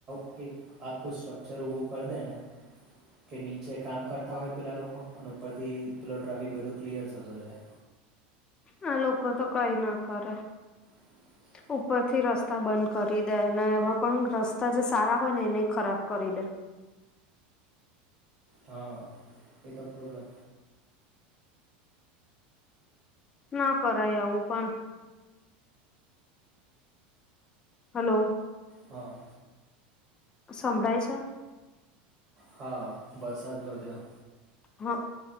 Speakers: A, on the right (about 30°); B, on the left (about 15°).
A: કંઈક આખું સ્ટ્રક્ચર ઊભું કર દે ને. કે નીચે કામ કરતા હોય પહેલા લોકો અને ઉપરથી પેલો ટ્રાફિક બધો ક્લિયર થતો જાય.
B: હા, લોકો તો કંઈ ના કરે.
A: <inaudible>
B: ઉપરથી રસ્તા બંધ કરી દે અને એમાં પણ રસ્તા જે સારા હોય ને એને ખરાબ કરી દે.
A: હા, એ તો પ્રોબ્લેમ.
B: ના કરાય આવું પણ. હલો
A: હા
B: સંભળાય છે?
A: હા, વરસાદ વધ્યો.
B: હઆ